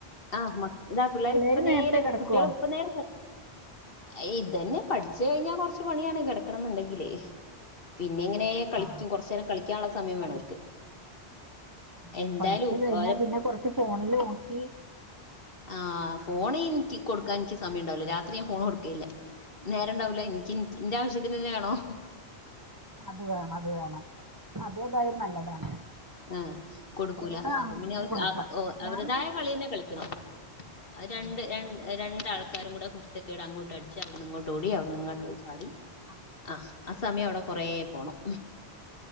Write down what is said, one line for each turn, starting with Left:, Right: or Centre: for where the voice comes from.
Left: ആ മ പിള്ളേർ
Right: പിള്ളേര്
Left: ഇപ്പ നേരേ
Right: നേരത്തെ കിടക്കുവോ
Left: കുട്ട്യാള് ഇപ്പ നേരേ ക ഈ ഇതന്നെ പഠിച്ച് കഴിഞ്ഞാ കൊറച്ച് പണിയാണ് കേടക്കണന്ന്ണ്ടെങ്കില് പിന്നെ ഇങ്ങനെ കളിക്കും
Right: ആ
Left: കൊറച്ചേരം കളിക്കാന്ള്ള സമയം
Right: പഠി
Left: വേണം അവർക്ക്
Right: അതെ
Left: എന്തായാലും
Right: പഠിച്ച്
Left: ഉ-
Right: കഴിഞ്ഞാ
Left: ഓരെ
Right: പിന്നെ കൊറച്ച് ഫോണിൽനോക്കി
Left: ആ ഫോണ് ഇന്കി കൊട്ക്കാൻന്ക്ക് സമയണ്ടാവൂല്ല രാത്രി ഞാൻ ഫോൺ കൊട് ക്കില്ലാ. നേരണ്ടാവൂല ഇനിക്ക് എന്റെ ആവശ്യത്തിന് തന്നെ വേണോ
Right: അത് വേണം അത് വേണം അതെതായാലും നല്ലതാണ്
Left: ആ കൊടുക്കൂല
Right: ഫോണ് ആവശ്യത്തിന്
Left: അപ്പൊ പിന്നെ അവർക്ക്
Right: കൊടുക്കാം
Left: അ ഒ
Right: ഞാനൊക്കെ
Left: അവരേതായ കളിയേന്നെ കളിക്കണം രണ്ട്
Right: അതെ,
Left: ര
Right: ഞാനൊക്കെ
Left: രണ്ടൾക്കാരും കൂടെ കുര്ത്തേക്കെടങ്ങോട്ട് അടിച്ച് അവിടുന്ന് ഇങ്ങോട്ട് ഓടി അവിടുന്ന് ഇങ്ങോട്ട് ചാടി
Right: അത്
Left: ആഹ് ആ സമയം അവിടെ കൊറ പോണം